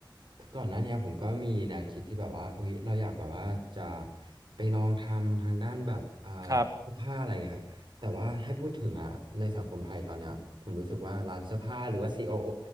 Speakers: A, on the right (about 70°); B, on the right (about 45°).
A: ก่อนหน้าเนี้ยผมก็มีแนวคิดที่แบบว่าเอ้ยเราอยากแบบว่าจะไปลองทำทางด้านแบบอ่า
B: ครับ
A: เสื้อผ้าอะไรเงี้ยครับแต่ว่าให้พูดถึงอ่ะในสังคมไทยตอนเนี้ยผมรู้สึกว่าร้านเสื้อผ้าหรือว่า CEO ีโอโอ